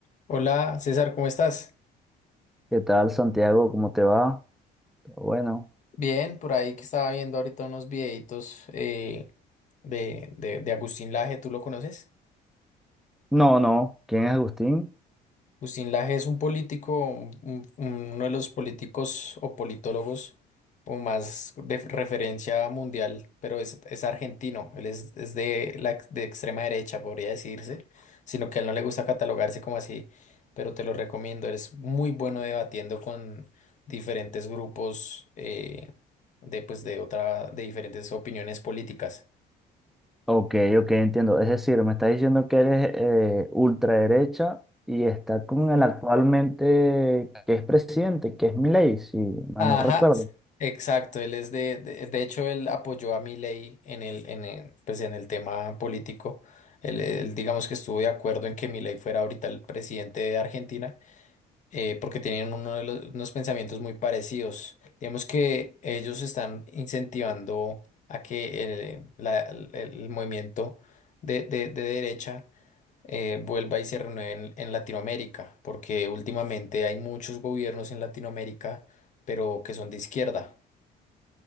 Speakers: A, on the left (about 45°); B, in the centre.
A: Hola César, ¿cómo estás?
B: ¿Qué tal, Santiago? ¿Cómo te va? Bueno,
A: Bien, por ahí que estaba viendo ahorita unos videitos eh, de, de, de Agustín Laje, ¿tú lo conoces?
B: no, no. ¿Quién es Agustín?
A: Agustín Laje es un político, un- un- uno de los políticos o politólogos o más de referencia mundial, pero es, es argentino, él es, es de la ex- de extrema derecha, podría decirse, sino que a él no le gusta catalogarse como así, pero te lo recomiendo, Él es muy bueno debatiendo con diferentes grupos eh, de, pues, de otra, de diferentes opiniones políticas.
B: Ok, ok, entiendo. Es decir, me estás diciendo que eres eh, ultraderecha y está con el actualmente que es presidente, que es Milei, si mal
A: Ajá,
B: no recuerdo.
A: s- exacto. Él es de, de, de hecho, él apoyó a Milei en el, en el, pues en el tema político. Él, él, digamos que estuvo de acuerdo en que Milei fuera ahorita el presidente de Argentina, eh, porque tienen uno de los- unos pensamientos muy parecidos. Digamos que ellos están incentivando a que el, la- el- el movimiento de, de de derecha eh, vuelva y se renueve en, en Latinoamérica, porque últimamente hay muchos gobiernos en Latinoamérica, pero que son de izquierda.